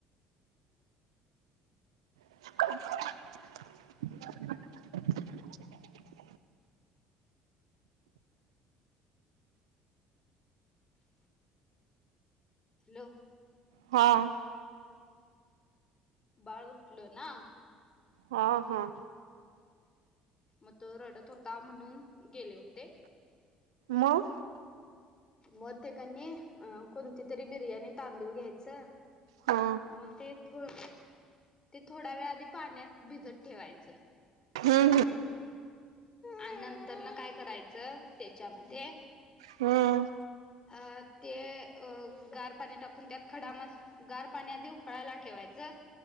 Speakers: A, on the right (about 80°); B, on the left (about 30°).
A: <inaudible>
B: हॅलो!
A: हां
B: बाळ उठल ना.
A: हां हां
B: मग तो रडत होता म्हणून गेले होते.
A: मग
B: मग ते कणी अ कोणती तरी बिर्याणी तांदूळ घ्यायचं.
A: हा
B: मग ते थोड थोड्या वेळ आधी पाण्यात भिजत ठेवायचं.
A: हम्म
B: आणि नंतर न काय करायचं त्याच्यामध्ये
A: हम्म
B: अ ते अ गार पाणी टाकून त्यात खडा म गार पाणी आधी उकळायला ठेवायचं.